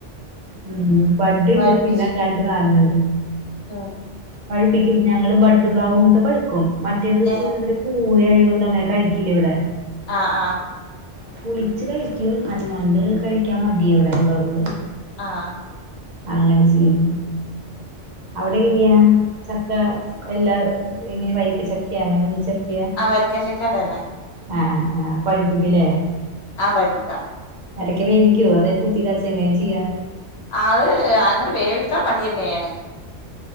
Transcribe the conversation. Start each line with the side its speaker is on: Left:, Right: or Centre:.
Right: മ് ബഡുണ്ട്
Left: പഴുപ്പിച്ച്
Right: പിന്നെ രണ്ട് <unintelligible>
Left: <unintelligible>
Right: പഴുപ്പിക്കും ഞങ്ങള് ബഡ് പ്ലാവുമത്തെ പഴുക്കും മറ്റേത് <unintelligible>
Left: ഏഹ്
Right: കൂഴ ആയതോണ്ട് അങ്ങെനെ കഴിക്കു ല്ലവിടെ
Left: ആ ആ
Right: പുളിച്ച് കഴിക്കും അല്ലാണ്ട് കഴിക്കാൻ മടിയ ഇവിടൊള്ളോർക്ക്
Left: ആഹ്
Right: അങ്ങനെ ചെയ്യും. അവിടെ എങ്ങനെയാ ചക്ക എല്ലാ ഇങ്ങനെ വരിക്ക ചക്കയാ അങ്ങനെ ചക്കയാ
Left: ആ വരിക്ക ചക്ക തന്നെ
Right: ആഹ് ആഹ് പഴിപ്പിക്കലേ
Left: ആ പഴുപ്പിക്കാം
Right: എടക്ക് വേവിക്കോ അതെ കുത്തി ഇതെങ്ങനെയാ ചെയ്യാ
Left: അത് അങ്ങനെ വേവിക്കാൻ മടിയന്നെയാണ്